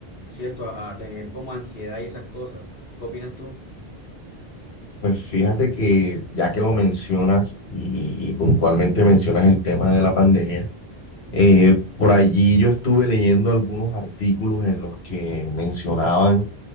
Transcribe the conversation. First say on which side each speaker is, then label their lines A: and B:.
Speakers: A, on the left; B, on the left.
A: ¿cierto? A, a tener como ansiedad y esas cosas. ¿Qué opinas tú?
B: Pues fíjate que ya que lo mencionas y, y puntualmente mencionas el tema de la pandemia, eh, por allí yo estuve leyendo algunos artículos en los que mencionaban